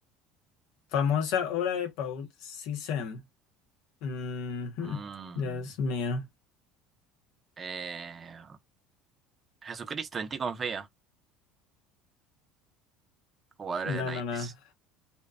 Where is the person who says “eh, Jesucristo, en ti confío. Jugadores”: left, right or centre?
Right